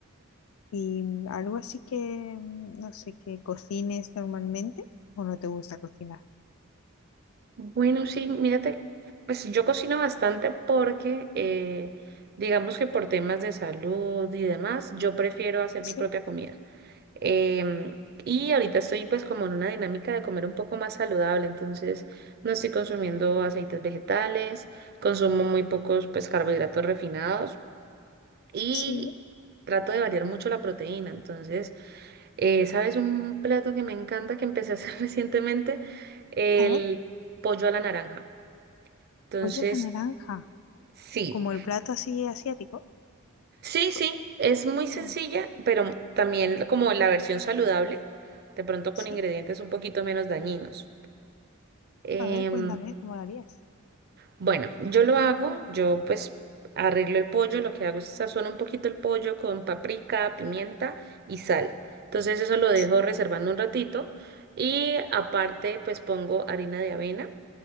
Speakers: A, on the left; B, on the right.
A: ¿Y mm, algo así que, mm, no sé, que cocines normalmente o no te gusta cocinar?
B: Bueno, sí, mírate, pues yo cocino bastante porque, eh, digamos que por temas de salud y demás, yo prefiero hacer
A: Sí,
B: mi propia comida. Em, y ahorita estoy pues como en una dinámica de comer un poco más saludable, entonces no estoy consumiendo aceites vegetales, consumo muy pocos pues carbohidratos refinados y
A: sí.
B: trato de variar mucho la proteína. Entonces, eh, ¿sabes un plato que me encanta que empecé a hacer <laughs> recientemente? El
A: A ver,
B: pollo a la naranja. Entonces,
A: pollo a la naranja,
B: sí.
A: como el plato así asiático.
B: Sí,
A: Co-
B: sí, es muy sencilla,
A: oh,
B: pero también como la versión saludable, de pronto
A: sí,
B: con ingredientes un poquito menos dañinos. Em,
A: a ver, cuéntame cómo lo harías.
B: bueno, yo lo hago, yo pues arreglo el pollo, lo que hago es sazono un poquito el pollo con paprika, pimienta y sal. Entonces eso lo dejo
A: Sí,
B: reservando un ratito y aparte pues pongo harina de avena.